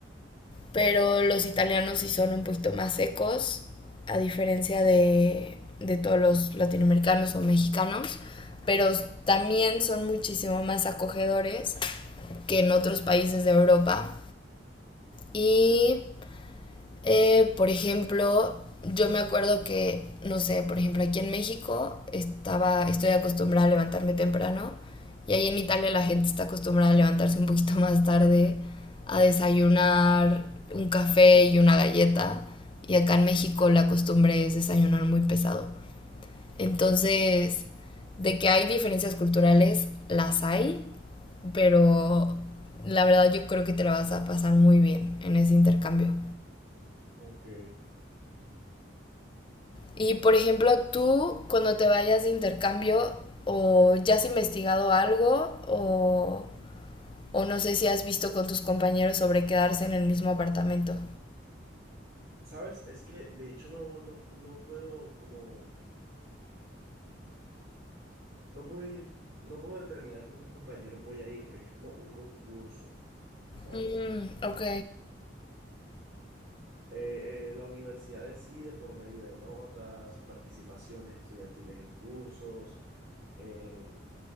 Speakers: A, on the left; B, on the right.
A: pero los italianos sí son un poquito más secos, a diferencia de, de todos los latinoamericanos o mexicanos, pero también son muchísimo más acogedores que en otros países de Europa. Y eh, por ejemplo, yo me acuerdo que, no sé, por ejemplo, aquí en México estaba, estoy acostumbrada a levantarme temprano y ahí en Italia la gente está acostumbrada a levantarse un poquito <laughs> más tarde, a desayunar un café y una galleta y acá en México la costumbre es desayunar muy pesado. Entonces, de que hay diferencias culturales, las hay, pero la verdad yo creo que te la vas a pasar muy bien en ese intercambio.
B: Ok.
A: Y por ejemplo, tú cuando te vayas de intercambio o ya has investigado algo o, o no sé si has visto con tus compañeros sobre quedarse en el mismo apartamento.
B: ¿Sabes? Es que de hecho no, no, no puedo como, no puedo ir, no puedo determinar con qué compañero voy a ir porque es como un concurso, ¿sabes?
A: Mm, ok.
B: eh, eh, la universidad decide por medio de notas o participaciones estudiantiles en cursos, en,